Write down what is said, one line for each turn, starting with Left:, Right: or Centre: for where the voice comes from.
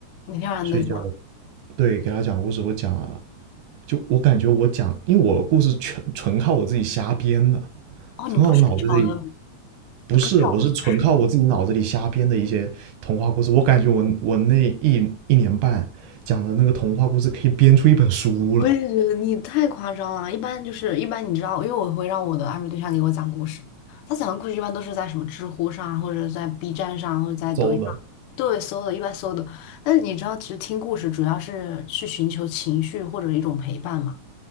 Left: 每天晚上都讲，
Right: 睡觉，对，给他讲故事，我讲了就我感觉我讲，因为我的故事全纯靠我自己瞎编的，
Left: 哦，
Right: 纯靠我脑子里，
Left: 你不是找的，
Right: 不是，
Left: 你不是找故事，
Right: 我是纯靠我自己脑子里瞎编的一些童话故事。我感觉我我那一一年半讲的那个童话故事可以编出一本书了。
Left: 我也觉得你太夸张了。一般就是一般，你知道，因为我会让我的暧昧对象给我讲故事，他讲的故事一般都是在什么知乎上，或者在 B 站上，或者在抖音上，
Right: 周的。
Left: 对，搜的，一般搜的。但是你知道，其实听故事主要是去寻求情绪或者一种陪伴嘛。